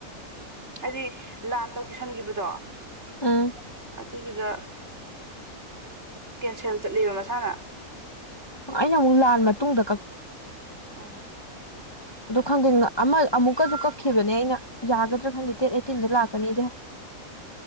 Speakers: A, on the right; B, on the left.
A: ꯍꯥꯏꯗꯤ ꯂꯥꯟ <inaudible> ꯊꯟꯈꯤꯕꯗꯣ
B: ꯎꯝ
A: ꯑꯗꯨꯗꯨꯗ ꯀꯦꯟꯁꯦꯜ ꯆꯠꯂꯦꯕ ꯃꯁꯥꯅ
B: ꯑꯩꯅ ꯑꯃꯨꯛ ꯂꯥꯟ ꯃꯇꯨꯡꯗ
A: ꯎꯝ
B: ꯑꯗꯨ ꯈꯪꯗꯦ ꯑꯃ ꯑꯃꯨꯛꯀꯁꯨ ꯀꯛꯈꯤꯕꯅꯦ ꯑꯩꯅ ꯌꯥꯒꯗ꯭ꯔꯥ ꯈꯪꯗꯦ ꯗꯦꯠ ꯑꯩꯠꯇꯤꯟꯗ ꯂꯥꯛꯀꯅꯤꯗꯤ